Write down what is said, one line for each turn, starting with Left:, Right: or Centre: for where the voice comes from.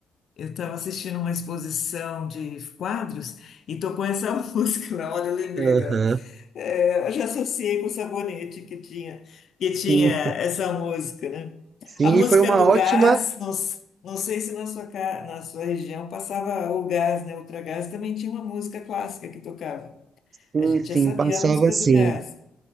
Left: Eu estava assistindo uma exposição de quadros e tocou essa <laughs> música na hora, eu lembrei
Right: Aham.
Left: da. é, eu já associei com o sabonete que tinha, que tinha
Right: Sim.
Left: essa música, né?
Right: Sim,
Left: A música
Right: e foi uma
Left: do
Right: ótima.
Left: gás, não, s- não sei se na sua, ca- na sua região passava o gás, né? Ultragás também tinha uma música clássica que tocava.
Right: Sim,
Left: A gente
Right: sim,
Left: já sabia
Right: passava
Left: a música
Right: assim.
Left: do gás.